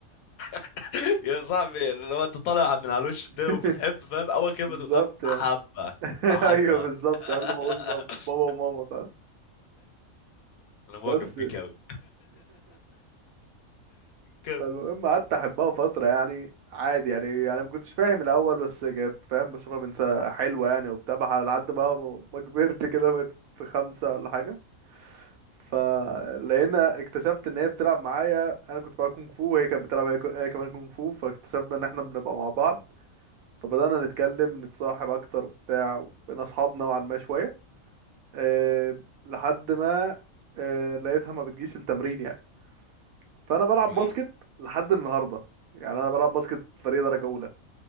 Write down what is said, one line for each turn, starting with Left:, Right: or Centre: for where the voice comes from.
Left: <laughs> يا صاحبي لو انت طالع من على وش الدنيا
Right: <laughs>
Left: وبتحب فاهم اول كلمه
Right: بالظبط
Left: تقول لها
Right: يعني
Left: بحبك
Right: <laughs>
Left: بحبك
Right: ايوه بالظبط
Left: <laughs>
Right: قبل ما اقول باب- بابا وماما فاهم
Left: انا معجب
Right: بس
Left: بيك
Right: <laughs>
Left: قوي كم
Right: فالمهم قعدت احبها فترة يعني عادي يعني يعني ما كنتش فاهم الاول بس كانت فاهم بشوفها بنت حلوة يعني وبتاع بح- لحد بقى ما ما كبرت كده بقيت في خمسة ولا حاجة فلقينا اكتشفت ان هي بتلعب معايا انا كنت بلعب كونغ فو وهي كانت بتلعب هي هي كمان كونغ فو فاكتشفنا ان احنا بنبقى مع بعض فبدأنا نتكلم نتصاحب أكتر وبتاع وبقينا أصحاب نوعا ما شوية أه لحد ما أه لقيتها ما بتجيش التمرين يعني فأنا بلعب
Left: حلوين
Right: باسكت لحد النهاردة يعني أنا بلعب باسكت فريق درجة أولى